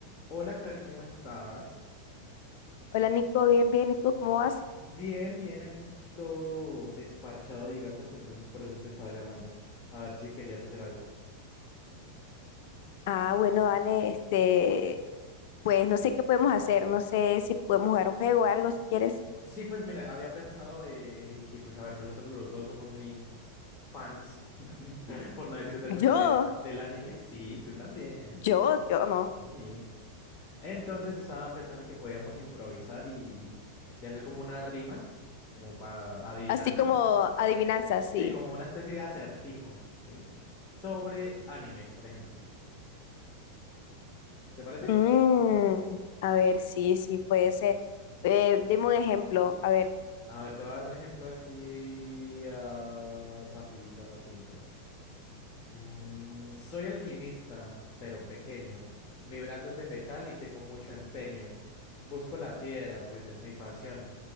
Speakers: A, on the left; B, on the left.
A: Hola, Cari, ¿cómo estás?
B: Hola Nico, bien, bien, ¿y tú cómo vas?
A: Bien, bien, aquí un poquito desparchado, digamos, entonces por eso te estaba llamando, a ver si querías hacer algo.
B: Ah, bueno, dale, este, pues no sé qué podemos hacer, no sé si podemos jugar un juego o algo si quieres.
A: Sí, pues mira, había pensado eh, en que, pues a ver, nosotros los dos somos muy fans, <laughs> por no decir otra cosa,
B: Yo,
A: de, del anime. Sí, tú también.
B: yo, yo no.
A: Sí. Entonces estaba pensando que podíamos improvisar y, y hacer como unas rimas, como para adivinanzas.
B: Así como adivinanzas, sí.
A: Sí, como una especie de acertijo, ¿sí? Sobre anime, por ejemplo. ¿Te parece?
B: Mm, a ver, sí, sí, puede ser. Eh,
A: Li-
B: dime un ejemplo, a ver,
A: A ver, te voy a dar un ejemplo así ah, rapidito, rapidito. Mm, soy alquimista, pero pequeño. Mi brazo es de metal y tengo mucho empeño. Busco la piedra, pues es mi pasión.